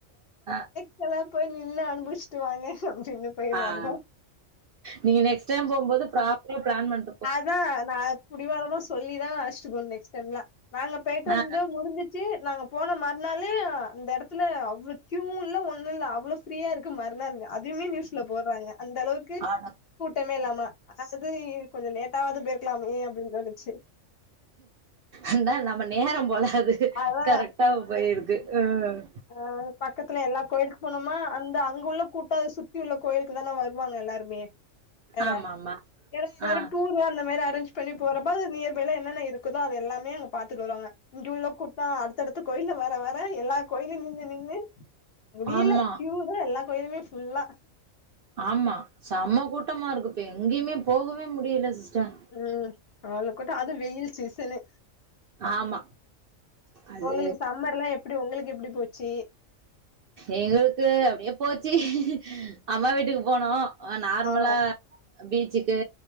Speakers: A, on the right; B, on the left.
A: அ
B: எல்லா போய் நின்னு அனுபவிச்சிட்டு வாங்க அப்டினு போய்
A: ஆட
B: வந்தோ
A: நீங்க நெக்ஸ்ட் டைம் போகும்போது ப்ராப்பரா பிளான் பண்
B: அதா நா புடிவாதமா சொல்லிதா அழைச்சுட்டு போனு நெக்ஸ் டைம்லா நாங்க பெய்ட்டு
A: அ
B: வந்து முடிஞ் சி நாங்க போன மறுநாளே அந்த எடத்துல அவ்ளோ கியூவு இல்ல ஒண்ணு இல்ல அவ்ளோ ஃப்ரீயா இருக் க்கு மறுநாள் அதுமே நியூஸ்ல போட்றாங்க அந்த அளவுக்கு
A: ஆட
B: கூட்டமே இல்லாமா அது கொஞ்சோ லேட்டாவாது போயிருக்கலாமே அப்டின்னு தோணுச்சு
A: அதா நம்ம நேரோ போல அது
B: அதா
A: கரெக்டா போயிருக்கு ம்
B: அ பக்கத்துல எல்லா கோயிலுக்கு போனோமா அந்த அங்க உள்ள கூட்ட அத சுத்தி உள்ள கோயிலுக்குதான வருவாங்க எல்லாருமே வேற
A: ஆமாமா.
B: ஏனா எல்லாரு
A: ஆ.
B: டூரு அந்த மாரி அரேஞ்ச் பண்ணி போறப்ப அது நியர் பைல என்னென்ன இருக்குதோ அது எல்லாமே அங்க பாத்துட்டு வருவாங்க இங்க உள்ள கூட்டோ அடுத்தடுத்து கோயில்ல வர வர எல்லா கோயிலு நின்னு நின்னு முடியல
A: ஆமா,
B: கியூதா எல்லா கோயிலுமே ஃபுல்லா
A: ஆமா செம கூட்டமா இருக்குப் இப்ப எங்கேயுமே போகவே முடியல சிஸ்டர்
B: ம் அவ்ளோ கூட்ட அதும் வெயில் சீசனு
A: ஆமா. அது
B: உங்களுக்கு சம்மர் எல்லா எப்டி உங்களுக்கு எப்டி போச்சு
A: எங்களுக்கு அப்டியே போச்சு அம்மா வீட்டுக்கு போனோ நார்மலா
B: ஆ
A: பீச்சுக்கு